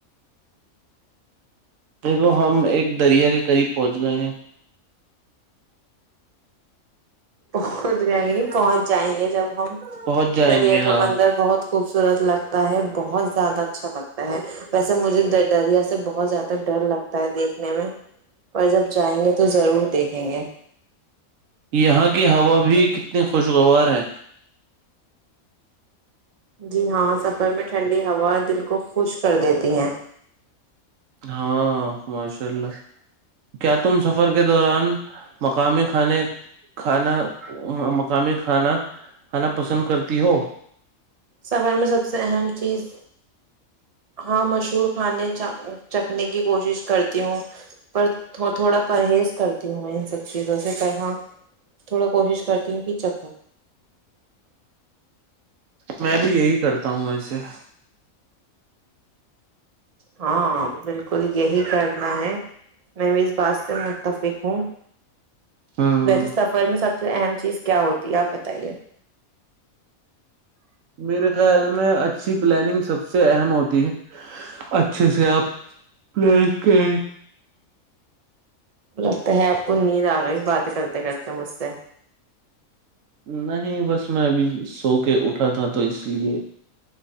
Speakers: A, on the right (about 65°); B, on the right (about 50°).
A: دیکھو ہم ایک دریا کے قریب پہنچ گئے ہیں
B: پہنچ جائیں گے نہیں پہنچ جائیں گے جب
A: پہنچ جائیں
B: دریا
A: گے ہاں
B: کا مندر بہت خوبصورت لگتا ہے بہت زیادہ اچھا لگتا ہے ویسے مجھے دریا سے بہت زیادہ ڈر لگتا ہے دیکھنے میں اور جب جائیں گے تو ضرور دیکھیں گے
A: یہاں کی ہوا بھی بھی کتنے خوش شگوار ہے
B: جی ہاں سفر میں ٹھنڈی ہوا دل کو خوشک کر دیتی ہیں
A: ہاں ماشاء اللہ کیا تم سفر کے دوران مقامی کھانے کھانا مقامی کھانا کھانا پسند کرتی ہو
B: سفر میں سب سے اہم چیز ہاں مشہور کھانے چ چکھنے کی کوشش کرتی ہوں پر تھوڑا پرہیز کرتی ہوں میں ان سب چیزوں سے پر ہاں تھوڑا کوشش کرتی ہوں کہ چکھوں
A: میں بھی یہی کرتا ہوں ایسے <inaudible>
B: ہاں بالکل یہی کرنا ہے میں اس بات سے متفق ہوں
A: ہوں
B: ویسے سفر میں سب سب سے اہم چیز کیا ہوتی ہے آپ بتائیے
A: میرے خیال میں اچھی پلاننگ سب سے اہم ہوتی ہے اچھے سے آپ لیف کے
B: لگتا ہے آپ کو نیند آ گئی بات کرتے کرتے مجھ سے
A: نہیں بس میں ابھی سو کے اٹھا تھا تو اس لیے